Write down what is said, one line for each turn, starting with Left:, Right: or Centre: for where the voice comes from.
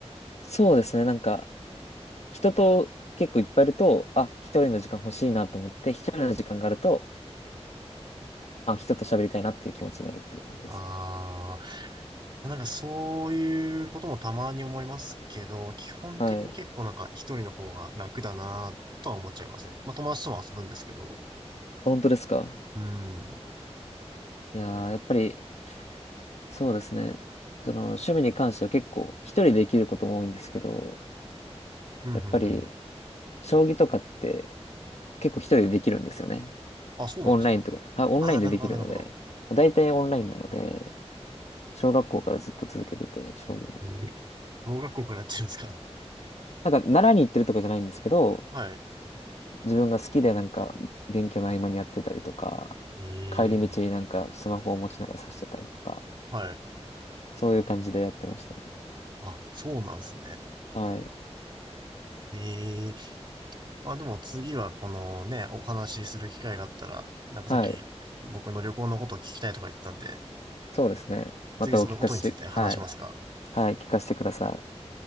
Left: そうですね。なんか、人と結構いっぱいいると、あ、一人の時間欲しいなと思って、一人の時間があると、あ、人と喋りたいなっていう気持ちになるっていう感じですね。
Right: ああ、なんかそういうこともたまに思いますけど、基本的に結構なんか一人の方が楽だなとは思っちゃいますね。
Left: はい。
Right: まあ友達とも遊ぶんですけど。
Left: 本当ですか
Right: うん。うん、
Left: いやー、やっぱり、そうですね。その、趣味に関しては結構、一人でできることも多いんですけど、
Right: うん、
Left: やっぱり、
Right: うん、うん。
Left: 将棋とかって、結構一人でできるんですよね。
Right: あ、そうなんですか。
Left: オンラインとか、あ、オンラインでできるので、
Right: ああ、なるほど、なるほど。
Left: 大体オンラインなので、小学校からずっと続けてて、将棋も。
Right: ええ小学校からやってるんですか。
Left: なんか、習いに行ってるとかじゃないんですけど、
Right: はい。
Left: 自分が好きでなんか、勉強の合間にやってたりとか、
Right: ええ
Left: 帰り道になんかスマホを持ちながら指してたりとか、
Right: はい。
Left: そういう感じでやってましたね。
Right: あ、そうなんですね。
Left: はい。
Right: ええまあでも次はこのね、お話しする機会があったら、なんかさっき
Left: はい。
Right: 僕の旅行のことを聞きたいとか言ってたんで、
Left: そうですね。またお聞かせ、
Right: 次そのことについて話しますか
Left: はい。はい。聞かせてください。